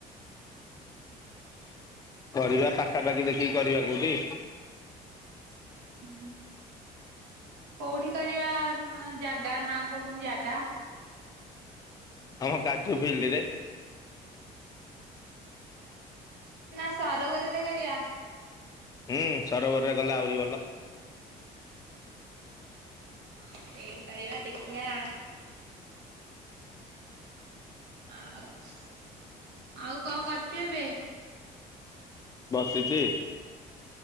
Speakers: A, on the left; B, on the right.
A: କରିବା ପାଖାପାଖି ଦେଖିକି କରିବା କୋଉଠି।
B: ଉହୁ କୋଉଠି କରିବା ଜାଗା ନାଁ କହୁନୁ ଜାଗା।
A: ଆମ କାଯୁ ଫିଲ୍ଡି ରେ।
B: ନା ସରୋବରରେ କରିବା।
A: ହୁଁ ସରୋବରରେ ଗଲେ ଆହୁରି ଭଲ।
B: ହଁ ସେଇଠି କରିବା ଦେଖିବା। ଆଉ ଆଉ କଣ କରୁଚୁ ଏବେ?
A: ବସିଛି।